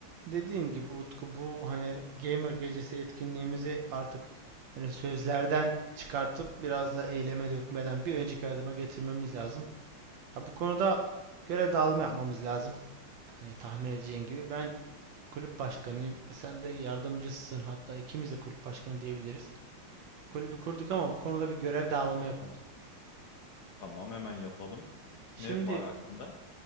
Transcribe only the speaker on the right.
Dediğim gibi Utku bu hani Gamer Gecesi etkinliğimizi artık hani sözlerden çıkartıp biraz da eyleme dökmeden bir önceki adıma getirmemiz lazım. Ya bu konuda görev dağılımı yapmamız lazım. Hani tahmin edeceğin gibi ben kulüp başkanıyım. E sen de yardımcısısın. Hatta ikimiz de kulüp başkanı diyebiliriz. Kulübü kurduk ama bu konuda bir görev dağılımı yapalım.
Şimdi